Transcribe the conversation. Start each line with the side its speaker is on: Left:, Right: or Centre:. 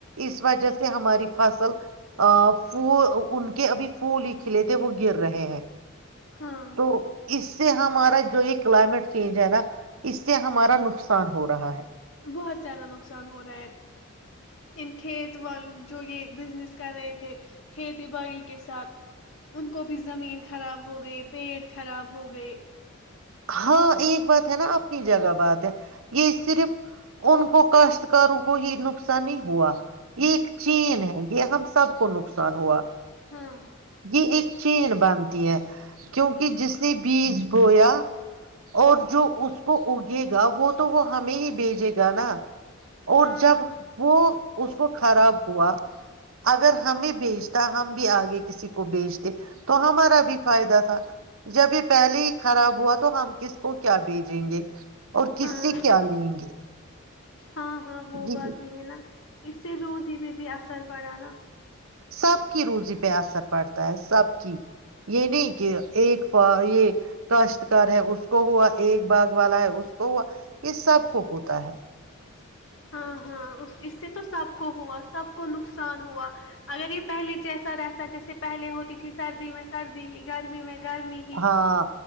Right: اس وجہ سے ہماری فصل ف ان کے ابھی پھول ہی کھلے تھے وہ گر رہے ہیں
Left: ہاں
Right: تو اس سے ہمارا جو یہ کلائمیٹ چینج ہے نا اس سے ہمارا نقصان ہو رہا ہے
Left: بہت زیادہ نقصان ہو رہا ہے ان کھیت وال جو یہ بزنس کر رہے تھے کھیت کھیتی باڑی کے ساتھ ان کو بھی زمین خراب ہو گئے پیٹ خراب ہو گئے
Right: ہاں ایک بات ہے نا اپنی جگہ بات ہے یہ صرف ان کو کاشتکاروں کو یہ نقصان ہی ہوا یہ ایک چین
Left: ہاں
Right: ہے یہ ہم سب کو نقصان ہوا
Left: ہاں
Right: جی ایک چین باندتی ہے کیونکہ جس نے بیج بویا اور جو اس کو اگے گا وہ تو وہ ہمیں ہی بھیجے گا نا اور
Left: ہاں
Right: جب
Left: ہاں ہاں
Right: وہ اس کو خراب ہوا اگر ہمیں بیچتا ہم بھی آگے کسی کو بیچتے تو ہمارا بھی فائدہ تھا جب یہ پہلے ہی خراب تو ہم کس کو کیا بھیجیں گے اور کس
Left: ہاں
Right: سے کیا لیں گے
Left: ہاں ہاں وہ
Right: جی
Left: بات
Right: جی
Left: بھی ہے نا اس سے روزی میں بھی سر پڑا نا
Right: سب کی روزی پہ اثر پڑتا ہے سب کی یہ نہیں کہ ایک ف یہ کاشتکار ہے اس کو ہوا ایک باغ والا ہے اس کو ہوا یہ سب کو ہوتا ہے
Left: ہاں ہاں اس سے تو سب کو ہوا سب کو نقصان ہوا اگر یہ پہلے جیسا رہتا جیسے پہلے ہوتی تھی سردی میں سردی ہی گرمی میں گرمی ہی
Right: ہاں